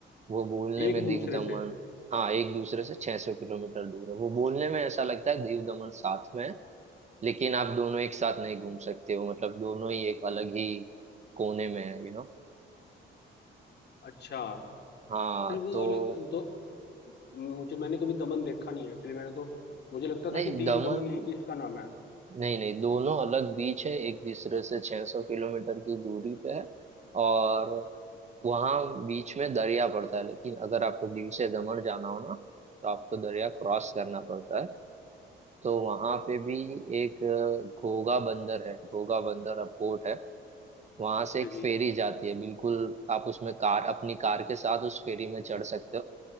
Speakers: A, on the right (about 35°); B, on the left (about 60°).
A: वो बोलने
B: एक
A: में
B: दूसरे
A: दीव दमन
B: से
A: हाँ एक दूसरे से 600 किलोमीटर दूर है वो बोलने में ऐसा लगता है दीव दमन साथ में है लेकिन आप दोनों एक साथ नहीं घूम सकते हो मतलब दोनों ही एक अलग ही कोने में है यू नो
B: अच्छा
A: हाँ
B: फिर वो
A: तो
B: अलग दो मुझे मैंने कभी दमन देखा नहीं है एक्चुअली मैंने तो मुझे लगता
A: नहीं
B: था कि दीव
A: दमन
B: दमन एक ही इसका नाम है
A: नहीं नहीं दोनों अलग बीच है एक दूसरे से 600 किलोमीटर की दूरी पे है और वहां बीच में दरिया पड़ता है लेकिन अगर आपको दीव से दमन जाना हो ना तो आपको दरिया क्रॉस करना पड़ता है तो वहां पे भी एक अ, घोगा बंदर है घोगा बंदर पोर्ट है वहां
B: ओके
A: से एक
B: जी
A: फेरी जाती है बिल्कुल आप उसमें कार अपनी कार के साथ उस फेरी में चढ़ सकते हो